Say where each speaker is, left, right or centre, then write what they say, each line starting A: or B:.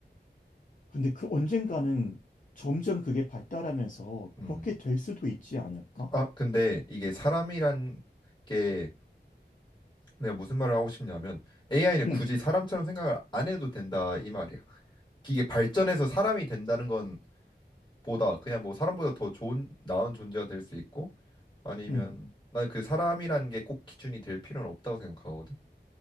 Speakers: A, on the left (about 45°); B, on the left (about 25°).
A: 근데 그 언젠가는 점점 그게 발달하면서
B: 음.
A: 그렇게 될 수도 있지 않을까?
B: 아, 근데 이게 사람이란 게 내가 무슨 말을 하고 싶냐면 AI는
A: 응
B: 굳이 사람처럼 생각을 안 해도 된다 이 말이야. 이게 발전해서 사람이 된다는 건 보다 그냥 뭐 사람보다 더 좋은 나은 존재가 될 수 있고 아니면
A: 응
B: 난 그 사람이라는 게 꼭 기준이 될 필요는 없다고 생각하거든.